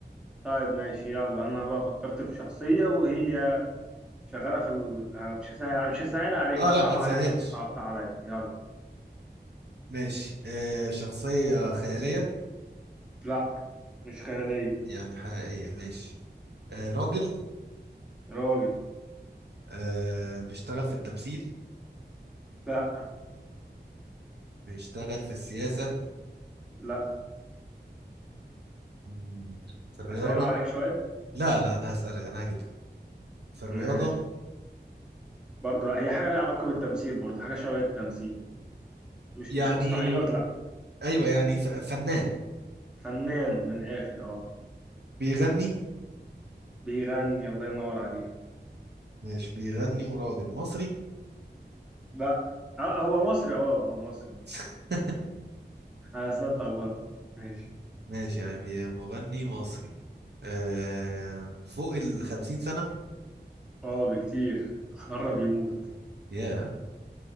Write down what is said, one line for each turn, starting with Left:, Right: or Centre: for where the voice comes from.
Centre: طيب ماشي يلا انا بقى فكرت في شخصيه وهي شغاله في ال... آه، مش هسهل مش هسهل عليك
Right: اه
Centre: هصعبها
Right: لا ما تسهلش
Centre: عليك زي ما انت صعبتها عليا يلا
Right: ماشي آه شخصية خيالية
Centre: لا مش خياليه
Right: يعني حقيقية ماشي آه راجل
Centre: راجل
Right: آه بيشتغل في التمثيل
Centre: لا
Right: بيشتغل في السياسة
Centre: لا
Right: مم، في الرياضة
Centre: هسهل عليك شويه
Right: لا لا أنا هسألك أنا هجيبها في الرياضة
Centre: ماشي برضه لا هي حاجه ليها علاقه بالتمثيل برضه حاجه شبه التمثيل مش
Right: يعني
Centre: مش مسرحيات لا
Right: أيوة يعني ف- فنان
Centre: فنان من الاخر اه
Right: بيغني
Centre: بيغني الله ينور عليك
Right: ماشي بيغني وراجل مصري
Centre: لا اه آه، هو مصري اه هو مصري مصري
Right: <laughs>
Centre: انا أصل اتلخبطت ماشي
Right: ماشي يعني بي- مغني مصري آه فوق الخمسين سنة
Centre: اه بكتير قرب يموت
Right: ياه